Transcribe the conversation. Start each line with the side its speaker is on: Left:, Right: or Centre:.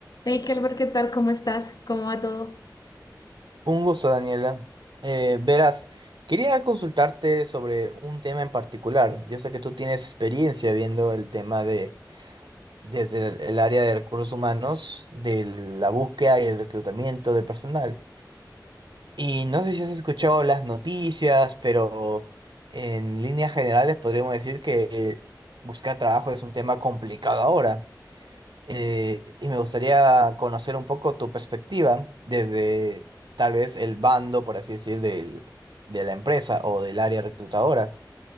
Left: Hey, Kelber, ¿qué tal? ¿Cómo estás? ¿Cómo va todo?
Right: Un gusto, Daniela. Eh, verás, quería consultarte sobre un tema en particular. Yo sé que tú tienes experiencia viendo el tema de desde el, el área de recursos humanos, de la búsqueda y el reclutamiento de personal. Y no sé si has escuchado las noticias, pero en líneas generales podríamos decir que buscar trabajo es un tema complicado ahora eh, y me gustaría conocer un poco tu perspectiva desde tal vez el bando, por así decir, del- de la empresa o del área reclutadora,